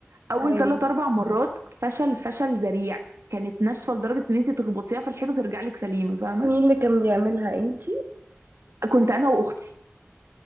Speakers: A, on the right (about 75°); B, on the right (about 50°).
A: اول
B: أيوة.
A: ثلاث اربع مرات فشل فشل ذريع كانت ناشفه لدرجه ان انت تخبطيها في الحيطه ترجع لك سليمه فاهمه
B: مين اللي كان بيعملها انتي
A: كنت انا واختي